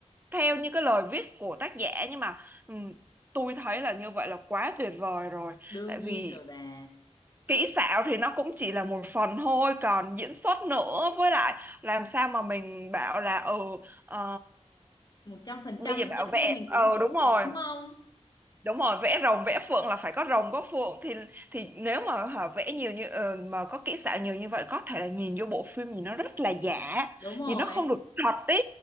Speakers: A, on the right; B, on the left.
A: theo như cái lời viết của tác giả nhưng mà ừm, tôi thấy là như vậy là quá tuyệt vời rồi
B: Đương
A: tại
B: nhiên
A: vì
B: rồi bà.
A: kỹ xảo thì nó cũng chỉ là một phần thôi còn diễn xuất nữa với lại làm sao mà mình bảo là ừ ờ,
B: một trăm phần
A: bây
B: trăm
A: giờ bảo
B: giống như
A: vệ
B: mình
A: ờ
B: tưởng tượng
A: đúng rồi
B: được đúng không?
A: đúng rồi vẽ rồng vẽ phượng là phải có rồng có phượng thì thì nếu mà hả, vẽ nhiều như ờ, mà có kỹ xảo nhiều như vậy có thể là nhìn vô bộ phim nhìn nó rất là giả
B: Đúng rồi.
A: nhìn nó không được thật ý